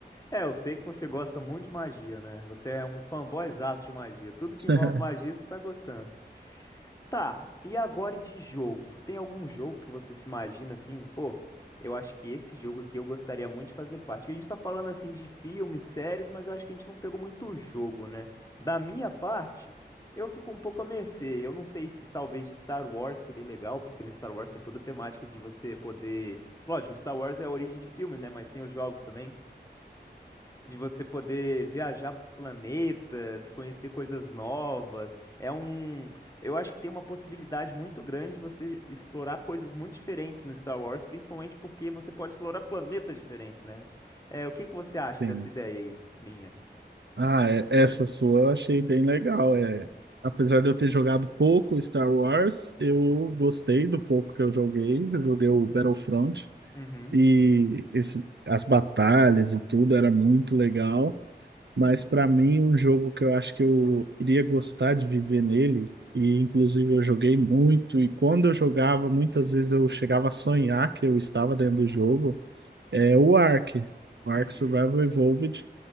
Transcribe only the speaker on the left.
É, eu sei que você gosta muito de magia, né? Você é um fanboyzaço de magia. Tudo que envolve
magia, você tá gostando. Tá, e agora de jogo? Tem algum jogo que você se imagina assim, pô, eu acho que esse jogo aqui eu gostaria muito de fazer parte. Que a gente tá falando assim de filmes, séries, mas eu acho que a gente não pegou muito jogo, né? Da minha parte, eu fico um pouco à mercê. Eu não sei se talvez de Star Wars seria legal, porque no Star Wars tem toda a temática de você poder. Lógico, Star Wars é a origem de filme, né? Mas tem os jogos também de você poder viajar por planetas, conhecer coisas novas. É um, eu acho que tem uma possibilidade muito grande de você explorar coisas muito diferentes no Star Wars, principalmente porque você pode explorar planetas diferentes, né? É, o que que você acha
dessa ideia aí, minha?
Uhum,
uhum,